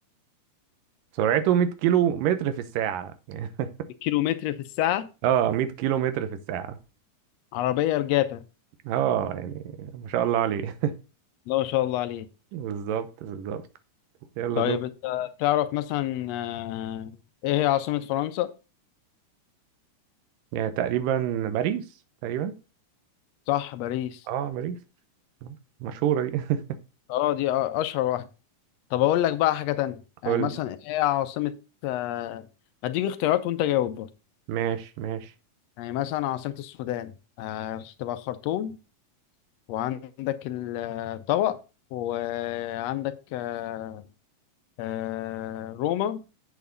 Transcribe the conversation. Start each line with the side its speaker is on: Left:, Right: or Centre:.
Right: سرعته 100 كيلو متر في الساعة <laughs>
Left: الكيلومتر في الساعة
Right: اه 100 كيلو متر في الساعة
Left: عربية رجعتها
Right: اه يعني ما شاء الله عليه
Left: لا ما شاء الله عليه
Right: <laughs> بالظبط بالظبط يلا
Left: طيب
Right: دول
Left: انت تعرف مثلا آه، ايه هي عاصمة فرنسا؟
Right: يعني تقريبا باريس تقريبا
Left: صح باريس
Right: اه باريس مشهورة دي <laughs>
Left: اه دي أ- اشهر واحدة طب اقول لك بقى حاجة تانية يعني
Right: قول
Left: مثلا
Right: لي
Left: ايه هي عاصمة آه، هديك اختيارات وانت جاوب برضه
Right: ماشي ماشي
Left: يعني مثلا عاصمة السودان آه، تبقى خرطوم وعندك الطبق وعندك آه، آه، روما